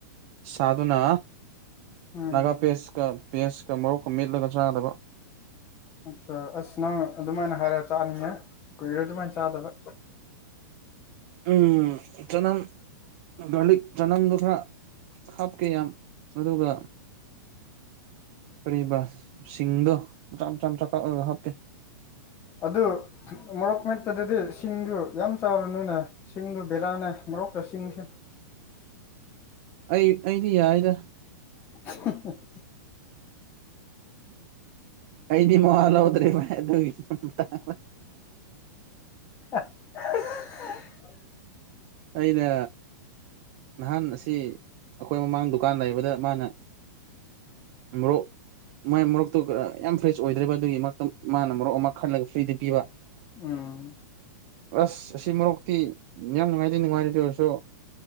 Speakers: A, on the right; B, on the left.
A: ꯁꯥꯗꯨꯨꯅ
B: ꯎꯝ
A: ꯅꯒꯥ ꯄꯦꯁ ꯀ ꯄꯦꯁꯀ ꯃꯣꯔꯣꯛ ꯀ ꯃꯦꯠꯂꯒ ꯆꯥꯗꯨꯕ
B: ꯑꯠꯆꯥꯥ ꯑꯁ ꯅꯪ ꯑꯗꯨꯃꯥꯏꯅ ꯍꯥꯏꯔ ꯆꯥꯅꯤꯅꯦꯌꯦ ꯀꯨꯏꯔꯦ ꯑꯗꯨꯃꯥꯏꯅ ꯆꯥꯗꯕ
A: ꯎꯝ ꯆꯅꯝ ꯒꯥꯔꯂꯤꯛ ꯆꯅꯝꯗꯨ ꯈꯔ ꯍꯥꯞꯀꯦ ꯌꯥꯝ ꯑꯗꯨꯒ ꯀꯔꯤꯕ ꯁꯤꯡꯗꯣ ꯃꯆꯥ ꯃꯆꯥ ꯀꯛꯑꯒ ꯍꯥꯞꯀꯦ
B: ꯑꯗꯨ ꯃꯣꯔꯣꯛ ꯃꯦꯠꯄꯗꯗꯤ ꯁꯤꯡꯗꯨ ꯌꯥꯝ ꯆꯥꯔꯅꯨꯅꯦ ꯁꯤꯡꯗꯣ ꯕꯦꯔꯥꯅꯦ ꯃꯣꯔꯣꯛꯀ ꯁꯤꯡꯁꯦ
A: ꯑꯩ ꯑꯩꯗꯤ ꯌꯥꯏꯗ
B: <unintelligible>
A: ꯑꯩꯗꯤ ꯃꯋꯥꯥ ꯂꯧꯗ꯭ꯔꯦꯕ ꯑꯗꯨꯒꯤ ꯃꯇꯥꯡꯗ
B: <unintelligible>
A: ꯑꯩꯅ ꯅꯍꯥꯟ ꯑꯁꯤ ꯑꯩꯈꯣꯏ ꯃꯃꯥꯡ ꯗꯨꯀꯥꯟ ꯂꯩꯕꯗ ꯃꯥꯅ ꯃꯣꯔꯣꯛ ꯃꯥꯏ ꯃꯣꯔꯣꯛꯇꯨ ꯌꯥꯝ ꯐ꯭ꯔꯦꯁ ꯑꯣꯏꯗ꯭ꯔꯦꯕ ꯑꯗꯨꯒꯤ ꯃꯔꯛꯇ ꯃꯥꯅ ꯃꯣꯔꯣꯛ ꯑꯃ ꯈꯜꯂꯒ ꯐ꯭ꯔꯤꯗꯨ ꯄꯤꯕ
B: ꯎꯝ
A: ꯑꯁ ꯑꯁꯤ ꯃꯣꯔꯣꯛꯇꯤ ꯌꯥꯝ ꯅꯨꯡꯉꯥꯏ ꯁꯤ ꯅꯨꯡꯉꯥꯏꯔꯦꯗꯣ ꯑꯣꯏꯔꯁꯨ